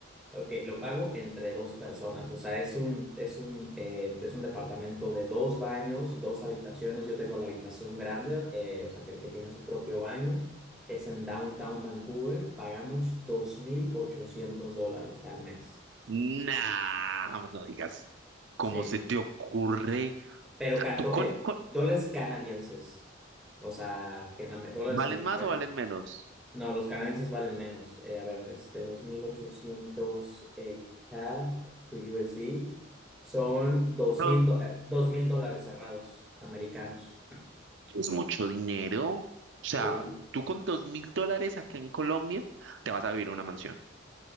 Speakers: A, in the centre; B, on the right.
A: Ok, lo pago entre dos personas, o sea, es un, es un, eh, es un departamento de dos baños, dos habitaciones, yo tengo la habitación grande, eh, o sea, que el que tiene su propio baño, es en Downtown Vancouver, pagamos 2.800 dólares al mes,
B: nah, no no digas, ¿cómo
A: sí,
B: se te ocurre?
A: pero can-
B: ¿Tú
A: do-
B: con,
A: eh,
B: con-
A: dólares canadienses, o sea, que en am- dólares
B: valen
A: americanos,
B: más o valen menos?
A: No, los canadienses valen menos. Eh, a ver, este 2.800 eh, CAD to USD son 2.000
B: Son-
A: do- eh, 2.000 dólares cerrados americanos.
B: es mucho dinero. O sea,
A: Sí, es-
B: tú con dos mil dólares acá en Colombia te vas a vivir a una mansión.